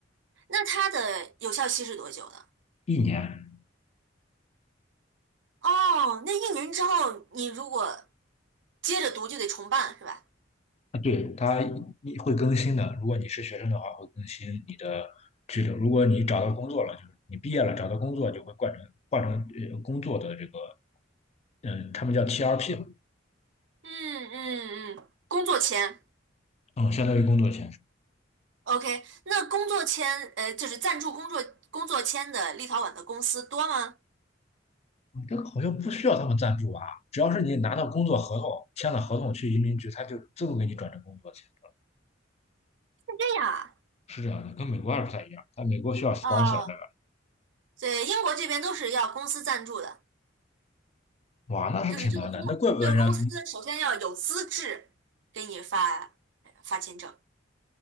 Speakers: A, on the right; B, on the left.
A: 那它的有效期是多久呢？
B: 一年。
A: 哦，那一年之后你如果接着读就得重办是吧？
B: 啊，对，它一会更新的。如果你是学生的话，会更新你的居留。如果你找到工作了，就是你毕业了找到工作，就会换成换成呃工作的这个，嗯，他们叫 TRP 嘛，
A: 嗯嗯嗯，工作签。
B: 嗯，相当于工作签证。嗯
A: OK，那工作签呃就是赞助工作工作签的立陶宛的公司多吗？
B: 这个好像不需要他们赞助吧？只要是你拿到工作合同，签了合同去移民局，他就自动给你转成工作签证。
A: 对呀，
B: 是这样的，跟美国还不太一样。在美国需要 sponsor
A: 哦，
B: 的
A: 对，英国这边都是要公司赞助的。
B: 吧，哇，那是挺难的。
A: 就是这个公这个公司首先要有资质给你发发签证，
B: 那怪不得人家